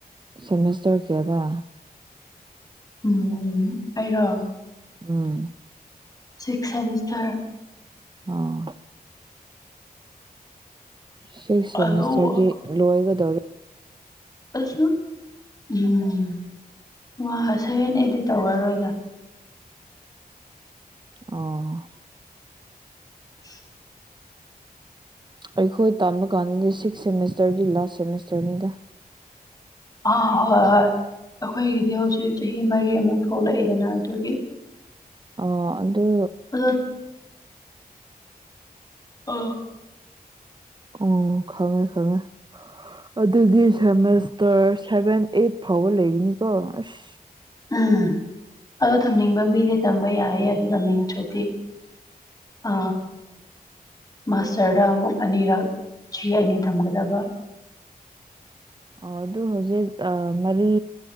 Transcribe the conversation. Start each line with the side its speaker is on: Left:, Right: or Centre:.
Right: ꯁꯦꯃꯤꯁꯇꯔ ꯀꯗ
Left: ꯎꯝ ꯑꯩꯔꯣ
Right: ꯎꯝ
Left: ꯁꯤꯛ ꯁꯦꯃꯤꯁꯇꯔ
Right: ꯑꯥ ꯁꯤꯛꯁ ꯁꯦꯃꯤꯁꯇꯔꯗꯤ
Left: ꯑꯗꯨꯒ
Right: ꯂꯣꯏꯒꯗꯧꯔ‌ꯦ
Left: ꯑꯁꯅ ꯎꯝ ꯃꯥ ꯁ‌ꯦꯚ‌ꯦꯟ ꯑꯦꯠꯇꯤ ꯇꯧꯔꯔꯣꯏꯗ
Right: ꯑꯣ
Left: <unintelligible>
Right: ꯑꯩꯈꯣꯏ ꯇꯥꯝꯕ ꯀꯥꯟꯗꯗꯤ ꯁꯤꯛꯁ ꯁꯦꯃꯤꯁꯇꯔꯗꯤ ꯂꯥꯁ ꯁꯦꯃꯤꯁꯇꯔꯅꯤꯗ
Left: ꯑꯥ ꯍꯣꯏ ꯍꯣꯏ ꯑꯩꯈꯣꯏꯒꯤꯗꯤ ꯍꯧꯖꯤꯛ ꯆꯍꯤ ꯃꯔꯤ ꯑꯃꯨꯛ ꯊꯣꯛꯂꯛꯏꯗꯅ ꯑꯗꯨꯒꯤ
Right: ꯑ ꯑꯗꯨ
Left: ꯑꯗ‌ꯣ ꯑꯥ
Right: ꯑꯣ ꯈꯪꯉꯦ ꯈꯪꯉꯦ ꯑꯗꯨꯗꯤ ꯁꯦꯃꯦꯁꯇꯔ ꯁꯦꯚꯦꯟ ꯑꯩꯠ ꯐꯥꯎꯕ ꯂꯩꯒꯅꯤꯀꯣ ꯑꯁ
Left: ꯎꯝ ꯑꯗꯣ ꯇꯝꯅꯤꯡꯕ ꯃꯤꯗꯤ ꯇꯝꯕ ꯌꯥꯏꯌꯦ ꯑꯗꯨ ꯇꯝꯅꯤꯡꯗ꯭ꯔꯗꯤ ꯑ ꯃꯥꯁꯇꯔꯗ ꯑꯃꯨꯛ ꯑꯅꯤꯔꯛ ꯆꯍꯤ ꯑꯅꯤ ꯊꯝꯒꯗꯕ
Right: ꯑꯣ ꯑꯗꯨ ꯍꯧꯖꯤꯛ ꯑꯥ ꯃꯔꯤ